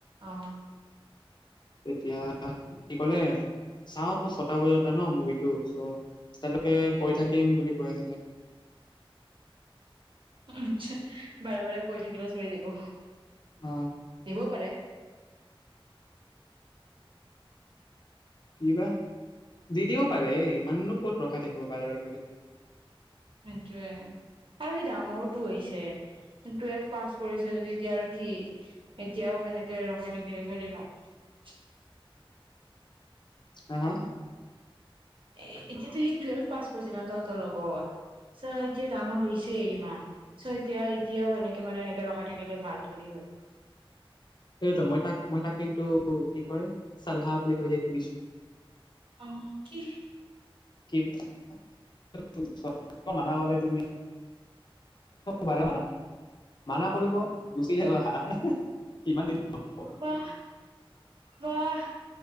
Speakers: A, on the right; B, on the left.
A: অ'।
B: এতিয়া সি ক'লে, চাও ছটা বজাতে ন' মুভিটো? ছো, তালৈকে কৈ থাকিম বুলি কৈ আছিলে।
A: আচ্ছা, বাৰে বাৰে কৈ থাকিলে থৰেই দিব?
B: অ
A: দিব পাৰে।
B: কি বা দিদিও পাৰে ইমাননো ক'ত ৰখাই থাকিব বাৰে-বাৰে কৈ থাকিলে ।
A: সেইটোয়ে আৰু সি ডাঙৰোটো হৈছে। টোৱেলভ পাছ কৰিছে যদি এতিয়া আৰু কি? এতিয়াও এনেকে ৰখাই থাকিলে চ ভাল
B: হাহা?
A: এ- এতিয়াতো সি টুৱেলভ পাছ কৰিছে ন' তহঁতৰ লগত? ছো, এতিয়া ডাঙৰ হৈছে কিমান? ছো, এতিয়া- এতিয়াও এনেকে মানে এনেকে ৰখাই থাকিলে ভাল থলি হয়।
B: সেইটোতো মই তাক মই তাক কিন্তু কি কয়? চাল্হা বুলি কৈ যে সেইটো দিছো।
A: অহ, কি?
B: <unintelligible> মান তুমি ব মান মানা কৰিব গুচি যাবা কিমান দিন হ'ব?
A: বাঃ, বাঃ